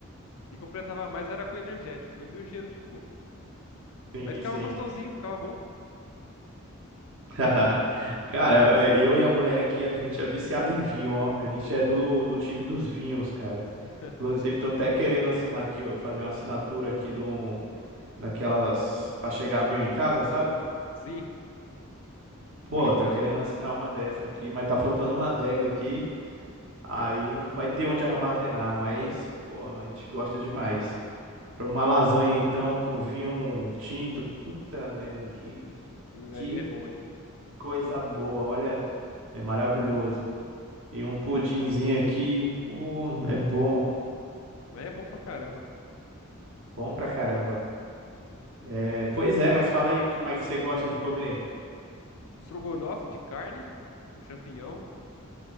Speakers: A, on the left; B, on the right.
A: e completava mais era com energético, mesmo e o gelo de coco.
B: Sim,
A: Aí ficava
B: sim.
A: gostosinho, ficava bom.
B: <laughs> Cara, é, eu e a mulher aqui, a gente é viciado em vinho, ó. A gente é do, do time dos vinhos, cara.
A: <laughs>
B: Inclusive, tô até querendo assinar aqui, ó, fazer uma assinatura aqui de um, daquelas para chegar avião em casa, sabe?
A: Sim,
B: Pô,
A: tô ligado.
B: tô querendo assinar uma dessa aqui, mas tá faltando uma adega aqui, aí não vai ter onde armazenar, mas, pô, a gente gosta demais. Pra uma lasanha, então, com vinho um tinto, puta merda, que,
A: Hum,
B: que
A: Aí é bom, hein?
B: coisa boa, olha, é maravilhoso. E um pudinzinho aqui, pô, é bom,
A: Mas é bom pra caramba.
B: bom pra caramba. É, pois é, mas fala aí o que mais que você gosta de comer.
A: Estrogonofe de carne com champignon.